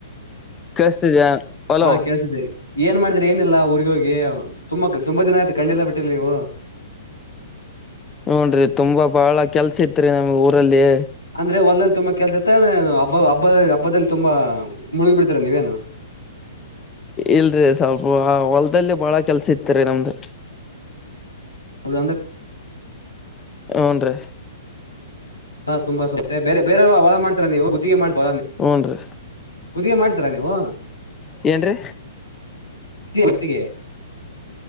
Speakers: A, on the left (about 20°); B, on the left (about 90°).
A: ಕಷ್ಟತ ಜ ಹಲೋ
B: ಹಾ ಕೇಳ್ತಿದ್ದೆ ಏನ್ ಮಾಡಿದ್ರಿ ಏನಿಲ್ಲ ಊರ್ಗ ಹೋಗಿ ತುಂಬಾ ತುಂಬಾ ದಿನ ಆಯ್ತು ಕಂಡಿಲ್ಲಾ ಬಿಟ್ಟಿ ನೀವು
A: ಹೂನ್ ತುಂಬಾ ಬಾಳ ಕೆಲ್ಸ ಇತ್ರಿ ನಮ್ ಊರಲ್ಲಿ
B: ಅಂದ್ರೆ ಹೊಲ್ಲ್ಲಿ ತುಂಬಾ ಕೆಲ್ಸ ಇತ್ತ ಅಂದ ಹಬ್ಬ ಹಬ್ಬ ಹಬ್ಬದಲ್ಲಿ ತುಂಬಾ ಮುಳುಗಿ ಬಿಡ್ತರ ನೀವೇನು
A: ಇಲ್ಲ ಇಲ್ರಿ ಸ್ವಲ್ಪ ಆ ಹೊಲ್ದಲ್ಲಿ ಬಾಳ ಕೆಲ್ಸ ಇತ್ತರಿ ನಮ್ದು
B: ಹೌದಂದ
A: ಹ್ನ್ ರೀ
B: ಹಾ ತುಂಬಾ ಸುತ್ತೆ ಬೇರೆ ಬೇರೆವ ವಾದ ಮಾಡ್ತಾರ ನೀವು ಗುತ್ತಿಗೆ ಮಾಡ್ತ ಬರ
A: ಹೂನ್ರಿ
B: ಕುದಿಗೆ ಮಾಡ್ತೀರಾ ನೀವು
A: ಏನ್ರೀ
B: ಹೊತ್ತಿಗೆ